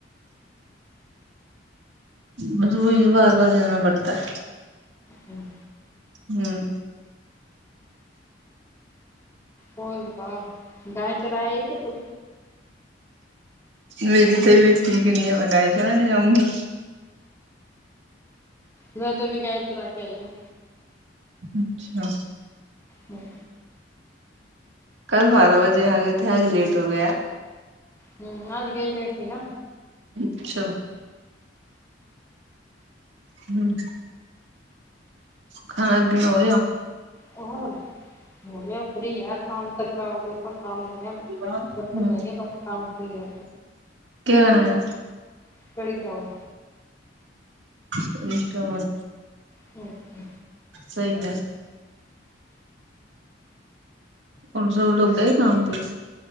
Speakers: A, on the right; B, on the left.
A: مجھ کو ہی بار بار جانا پڑتا ہے
B: ہوں
A: ہوں
B: ہوتا گائے چرائے ہے کہ تو
A: میری طبعیت ٹھیک نہیں ہے میں گاے چرانے جاؤں گی
B: میں تو ابھی گائے چراکے آئی ہوں
A: اچھا
B: ہوں
A: کل بارہ بجے آ گئے تھے آج لیٹ ہو گیا
B: ہوں آج گئی لیٹ تھی نا
A: اچھا ہوں کھانا پینا ہوگیا
B: اہون ہوگئے اب فری اب شام تک کا کوئی کام نہیں ہے اب
A: کیا
B: برتن دھوے ئینگے کام فری ہے
A: کیا بنایا
B: کڑی چاول
A: کڑی چاول
B: اوکے
A: صحیح ہے ان سب لوگ گئے کام پے